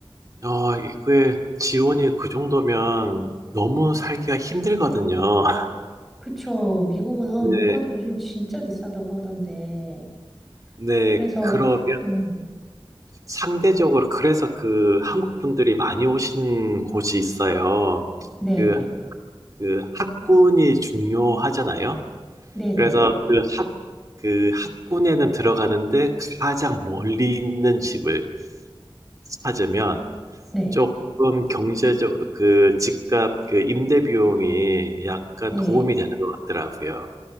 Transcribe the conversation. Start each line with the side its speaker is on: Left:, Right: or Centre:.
Right: 아, 이게 지원이 그 정도면 너무 살기가 힘들거든요. <laughs>
Centre: 그쵸. 미국은, 아,
Right: 네,
Centre: 물가도 요즘 진짜 비싸다고 하던데.
Right: 네,
Centre: 그래서,
Right: 그러면
Centre: 음,
Right: 상대적으로 그래서 그 한국 분들이 많이 오시는 곳이 있어요.
Centre: 네,
Right: 그, 그 학군이 중요하잖아요.
Centre: 네,
Right: 그래서
Centre: 네,
Right: 그 학, 그 학군에는 들어가는데 가장 멀리 있는 집을 찾으면
Centre: 네,
Right: 조금 경제적, 그 집값, 그 임대 비용이 약간
Centre: 네.
Right: 도움이 되는 것 같더라고요.